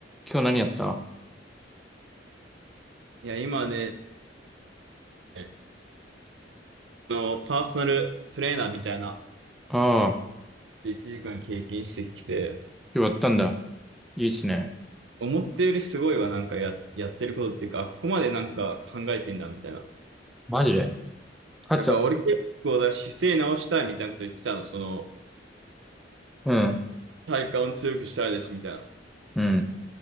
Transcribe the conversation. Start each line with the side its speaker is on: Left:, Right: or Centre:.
Centre: 今日何やったあ
Right: いや、今ね、あの、パーソナルトレーナーみたいな、
Centre: あー、
Right: 1時間経験してきて、
Centre: 今日やったんだ。いいっすね。
Right: 思ったよりすごいわ、なんかや、やってることっていうか、あここまでなんか考えてんだ、みたいな。
Centre: マジで勝っちゃった。
Right: なんか俺結構だ、姿勢直したいみたいなこと言ってたの、その、
Centre: うん、
Right: 体幹を強くしたいです、みたいな。
Centre: うん、